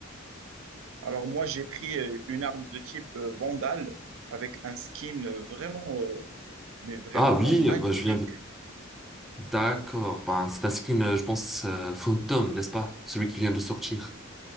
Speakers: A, on the right; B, in the centre.
A: Alors moi, j'ai pris euh, une arme de type euh, Vandal avec un skin euh, vraiment, euh, mais vraiment
B: Ah oui,
A: magnifique.
B: bah, je viens de... D'accord. Bah, c'est un skin, euh, je pense, euh, fantôme, n'est-ce pas? Celui qui vient de sortir.